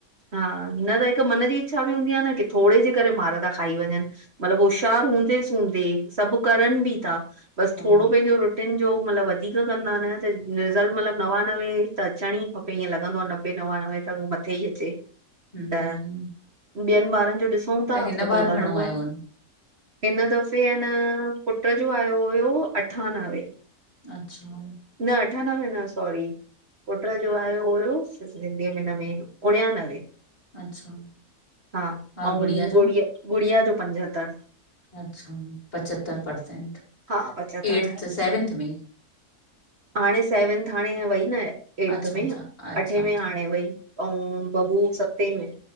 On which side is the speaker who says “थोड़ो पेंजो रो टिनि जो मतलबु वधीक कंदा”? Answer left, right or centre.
Right